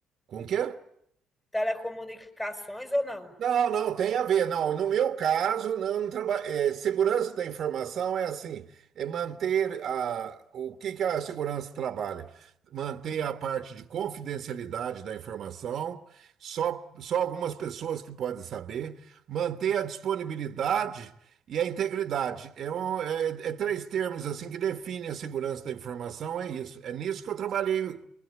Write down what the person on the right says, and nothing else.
Com o quê?
Não, não, tem a ver. Não, no meu caso, não, não traba- é, segurança da informação é assim, é manter a, o que que a segurança trabalha? Manter a parte de confidencialidade da informação, só, só algumas pessoas que podem saber, manter a disponibilidade e a integridade. É, um- é- é três termos assim que definem a segurança da informação, é isso. É nisso que eu trabalhei